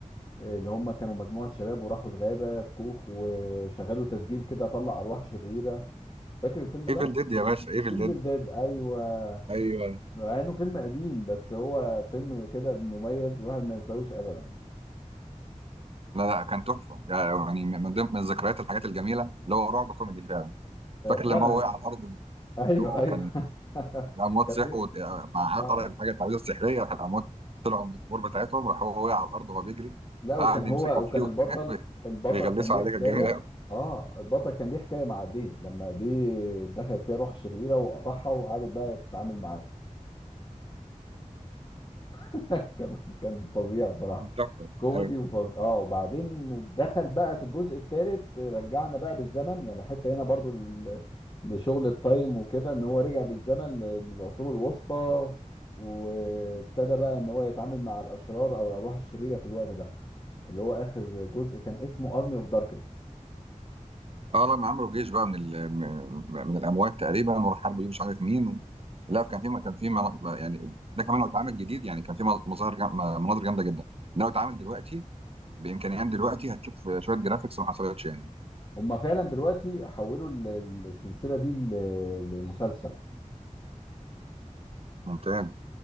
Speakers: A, on the left; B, on the right.
A: آه، اللي هم كانوا مجموعه شباب وراحوا الغابه في كوخ وشغلوا تسجيل كده طلع ارواح شريره فاكر الفيلم
B: ايفل
A: ده؟
B: ديد يا باشا ايفل
A: ايفل
B: ديد
A: ديد ايوه
B: ايوه
A: مع انه فيلم قديم بس هو فيلم كده مميز الواحد ما ينساهوش ابدا
B: لا لا كان تحفه يعني من ضمن من ذكريات الحاجات الجميله اللي هو رعب كوميدي فعلا فاكر
A: فعلا
B: لما هو وقع على الارض
A: ايوه
B: وكان
A: ايوه <laughs>
B: الاموات
A: كانت
B: صحوا
A: ليه
B: مع
A: اه
B: قرأ
A: آه.
B: الحاجه التعويذه السحريه راح الاموات طلعوا من القبور بتاعتهم راح هو وقع على الارض وهو بيجري
A: لا وكان
B: فقعد
A: هو
B: يمسكوا
A: وكان
B: فيه و-
A: البطل
B: <laughs>
A: البطل
B: ويغلسوا
A: كان ليه
B: عليه
A: حكايه
B: كانت جميله قوي
A: اه البطل كان ليه حكايه مع ايديه لما ايديه دخلت فيها روح شريره وقطعها وقعدت بقى تتعامل معاه <laughs> كان كان فظيع بصراحه
B: كانت تحفة.
A: كوميدي
B: أيوة.
A: وفظ... اه وبعدين دخل بقى في الجزء الثالث رجعنا بقى بالزمن يعني حتى هنا برضو ل- لشغل التايم وكده ان هو رجع بالزمن ل- للعصور الوسطى وابتدى بقى ان هو يتعامل مع الاشرار او الارواح الشريره في الوقت ده اللي هو اخر جزء كان اسمه ارمي اوف داركنس
B: اه لما عملوا جيش بقى من ال- م- من الاموات تقريبا وراح حاربوا مش عارف مين لا كان في كان في منا- يعني ده كمان لو اتعمل جديد يعني كان في مظاهر جا- مناظر جامده جدا لو اتعمل دلوقتي بامكانيات دلوقتي هتشوف شويه جرافيكس ما حصلتش يعني
A: هما فعلا دلوقتي حولوا ال- ال- السلسله دي ل- لمسلسل
B: ممتاز